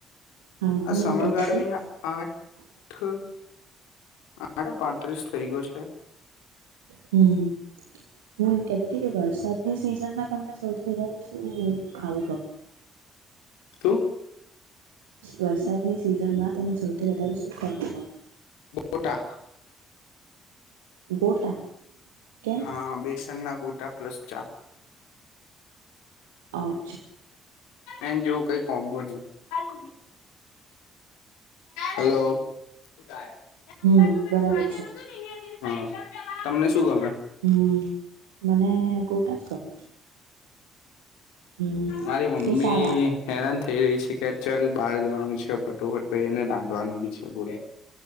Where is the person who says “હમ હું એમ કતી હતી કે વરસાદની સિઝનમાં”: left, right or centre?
Right